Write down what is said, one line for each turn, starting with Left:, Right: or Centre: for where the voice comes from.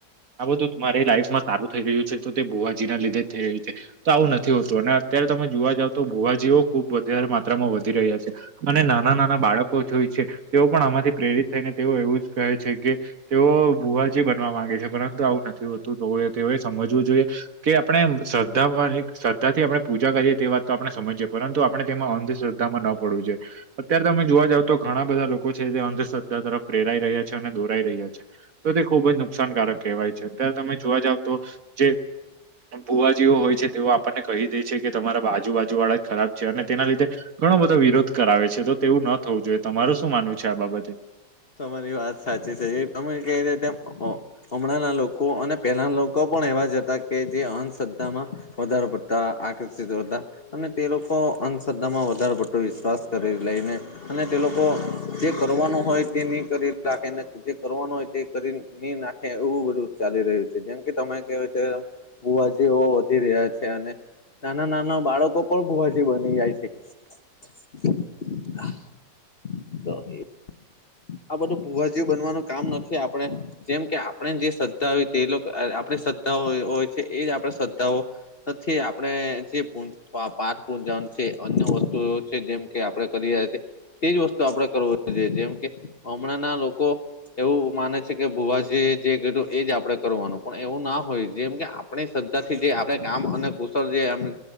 Right: આ બધું તમારી લાઈફમાં સારું થઈ રહ્યું છે તો તે ભુવાજી ના લીધે જ થઈ રહ્યું છે. તો આવું નથી હોતું અને અત્યારે તમે જોવા જાવ તો ભુવાજીઓ ખુબ વધારે માત્રામાં વધી રહ્યા છે. અને નાના નાના બાળકો જોવે છે. તેઓ પણ આમાંથી પ્રેરિત થઈને તેઓ એવું જ કહે છે કે- તેઓ ભૂવાજી બનવા માંગે છે. પરંતુ આવું નથી હોતું તો તેઓએ સમજવું જોઈએ- કે આપણે શ્રદ્ધામાં શ્રદ્ધા થી આપણે પૂજા કરીએ તે વાત તો આપણે સમજીએ પરંતુ આપણે તેમાં અંધ- <unintelligible> ન પડવું જોઈએ. અત્યારે તમે જોવા જાવ તો ઘણા બધા લોકો છે જે અંધ- શ્રધ્ધા તરફ પ્રેરાઈ રહ્યા છે અને દોરાઈ રહ્યા છે. તો તે ખૂબ જ નુકસાનકારક કહેવાય છે અત્યારે તમે જોવા જાવ તો જે- ભુવાજીઓ હોય છે તેઓ આપણને કહી દે છે કે તમારા આજૂબાજુ વાળા જ ખરાબ છે અને તેના લીધે- ઘણો બધો વિરોધ કરાવે છે તો તેવું ન થવું જોઈએ તમાર શું માનવું છે આ બાબતે?
Left: તમારી વાત સાચી છે એ તમે કઈ રહ્યાં તેમ- હમણાંના લોકો અને પેલાના લોકો પણ એવા જ હતા કે જે અંધશ્રદ્ધામાં વધારો પડ- આકર્ષિત હતા અને તે લોકો અંધશ્રદ્ધા માં વધારે <unintelligible> વિશ્વાસ કરી લઈને અને- તે લોકો જે કરવાનું હોય નહી કરી રાખેને જે- કરવાનું હોય તે કરી નઈ નાખે એવું બધું ચાલી રહ્યું છે જેમ કે તમે કહ્યું તેમ- ભૂવાજિઓ વધી રહ્યા છે અને- નાના નાના બાળકો પણ ભૂવાજી બની જાય છે. <inaudible> આ બધું ભુવાજી બનવાનું કામ નથી આપણે- જેમ કે આપણે જે શ્રદ્ધા હો તે આપણે શ્રદ્ધા હોય છે એ જ આપણે શ્રદ્ધાઓ- નથી આપણે જે- પાઠ પૂજન છે. અન્ય વસ્તુઓ છે. જેમ કે આપણે કરીએ છીએ- તેજ વસ્તુ આપડે કરવું જોઈએ. જેમ કે હમણાંના લોકો- એવું માને છે કે ભુવાજી જે કર્યું એજ આપડે કરવાનું પણ એવું ના હોય જેમ કે. આપણી શ્રદ્ધાથી જે આપણેે કામ અને કુશળ જેમ-